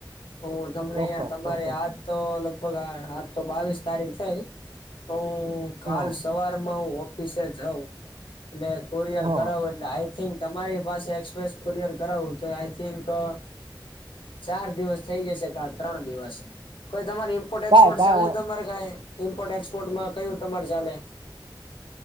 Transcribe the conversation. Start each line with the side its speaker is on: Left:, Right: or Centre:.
Left: હું તમને
Right: ચોક્કસ
Left: તમારે
Right: ચોક્કસ
Left: આજ તો લગભગ આ આજ તો બાવીસ તારીખ થઈ, તો હું હું કાલ
Right: હા
Left: સવારમાં હું ઓફિસે જાઉં, એટલે કુરિયર
Right: હા
Left: કરાવું એટ એટલે આઈ થિંક તમારી પાસે એક્સપ્રેસ કુરિયર કરાવું તોય આઈ થિંક અહ ચાર દિવસ થઈ જશે કા ત્રણ દિવસ. કોઈ તમારી ઈમ્પોર્ટ
Right: કાંઈ
Left: એક્સપોર્ટ
Right: કાંઈ
Left: ચાલે
Right: વા-
Left: તમારે કાંઈ, ઇમ્પોર્ટ એક્સપોર્ટમાં કયું તમારે ચાલે?